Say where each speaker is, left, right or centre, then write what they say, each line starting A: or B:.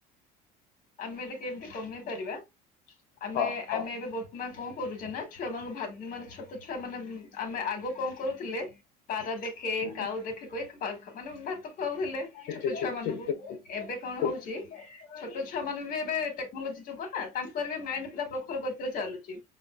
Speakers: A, on the left; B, on the left.
A: ଆମେ ବି କେମିତି କମେଇ ପାରିବା ଆମେ
B: ହଁ ହଁ
A: ଆମେ ଏବେ ବହ ମା କଣ କରୁଛେ ନା ଛୁଆ ମାନଙ୍କୁ ମାନେ ଛୋଟ ଛୁଆ ମାନେ ଆମେ ଆଗ କଣ କରୁଥିଲେ ପାରା ଦେଖେ
B: ହୁଁ, ହୁଁ।
A: କାଉ ଦେଖେ କହି ମାନେ ଭାତ ଖୁଆଉଥିଲେ
B: ଠିକ
A: ଛୋଟ
B: ଠିକ ଠିକ
A: ଛୁଆ ମାନଙ୍କୁ।
B: ଠିକ ଠିକ ଠିକ ଠିକ
A: ଏବେ କଣ
B: ଠିକ ଠିକ
A: ହଉଛି ଛୋଟ ଛୁ ଛୁଆ ମାନେ ବି ଏବେ ଟେକ୍ନୋଲୋଜି ଯୁଗ ନା ତାଙ୍କର ବି ମାଇଣ୍ଡ ପୁରା ପ୍ରଖର ଗତିରେ ଚାଲୁଛି।